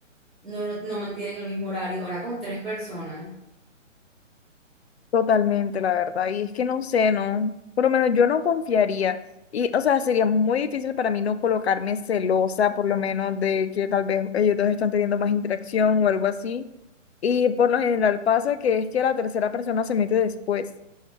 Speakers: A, in the centre; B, on the left.
A: no, no mantienen el mismo horario, ahora con tres personas.
B: Totalmente, la verdad. Y es que no sé, no. Por lo menos yo no confiaría. Y, o sea, sería muy difícil para mí no colocarme celosa, por lo menos de que tal vez ellos dos están teniendo más interacción o algo así. Y por lo general pasa que es que la tercera persona se mete después.